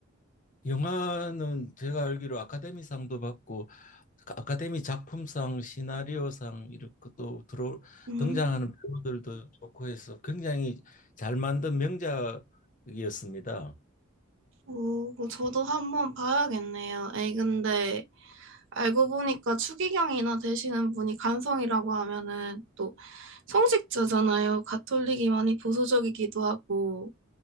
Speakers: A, on the left; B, on the right.
A: 영화는 제가 알기로 아카데미상도 받고 그 아카데미 작품상, 시나리오상 이렇게 또 들어
B: 음,
A: 등장하는 배우들도 좋고 해서 굉장히 잘 만든 명작이었습니다.
B: 오, 그거 저도 한번 봐야겠네요. 에이, 근데 알고 보니까 추기경이나 되시는 분이 간성이라고 하면은 또 성직자잖아요. 가톨릭이 많이 보수적이기도 하고,